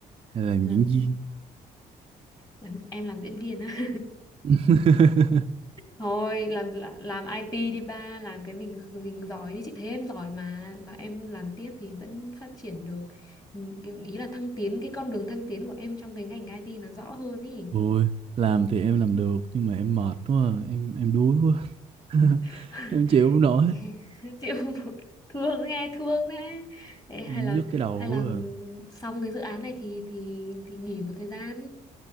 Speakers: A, on the right; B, on the left.
A: hay là làm
B: Làm,
A: diễn viên
B: làm em làm diễn viên á.
A: <laughs>
B: thôi làm là- làm IT đi ba làm cái mình mình giỏi đi chị thấy em giỏi mà mà em làm tiếp thì vẫn phát triển được Ừ, cái- ý là thăng tiến cái con đường thăng tiến của em trong cái ngành IT nó rõ hơn ý
A: Ôi làm thì em làm được nhưng mà em mệt quá à. Em em đuối quá <laughs>
B: <laughs>
A: em chịu không nổi
B: chịu không nổi. thương nghe thương đấy Ê, hay
A: em
B: là
A: nhức cái đầu
B: hay là
A: quá à.
B: xong cái dự án này thì thì thì nghỉ một thời gian